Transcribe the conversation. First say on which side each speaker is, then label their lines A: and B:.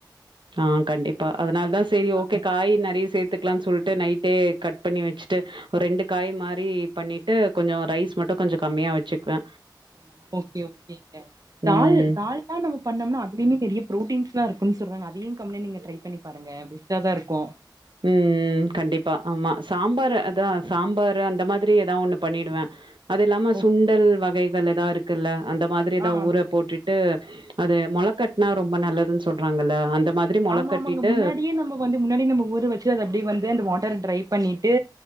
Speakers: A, on the right; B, on the right.
A: ஆஹ் கண்டிப்பா அதனால தா செரி
B: ஆ
A: ஓகே காய் நெறையா சேத்துக் லான் சொல்ட்டு நைட்டே கட் பண்ணி வச்சுட்டு ஒரு ரெண்டு காய் மாரி பண்ணிட்டு கொஞ்ச ரைஸ் மட்டு கொஞ்ச கம்மியா வச்சுக்குவே
B: ஓகே ஓகேங்க தால்
A: ம்.
B: தால்லா நம்ம பண்ணம்னா அதுலயுமே நெறைய ப்ரோட்டீன்ஸ் லா இருக்குன் சொல்றாங்க அதையு கம்லன் நீங்க ட்ரை பண்ணி பாருங்க பெஸ்டா தா இருக்கு
A: உம் உம் கண்டிப்பா ஆமா சாம்பார் அதா சாம்பாரு அந்த மாதிரி எதா ஒன்னு பண்ணிடுவே அது இல்லாம சுண்டல்
B: ஓகே
A: வகைகள் எதா இருக் க்குல்ல அந்த மாதிரி
B: ஆ
A: தா
B: ஆமா
A: ஊரப் போட்டுட்டு அது மொளக்கட்னா ரொம்ப நல்லதுன் சொல்றாங்கல்ல அந்த மாதிரி மொள
B: ஆமா
A: கட்டிட்டு
B: ஆமாங்க முன்னாடியே நம்ம வந்து முன்னாடி ந நம்ம ஊர் வச்சு அது அப்டி வந்து அந்த வாட்டர ட்ரை பண்ணிட் டு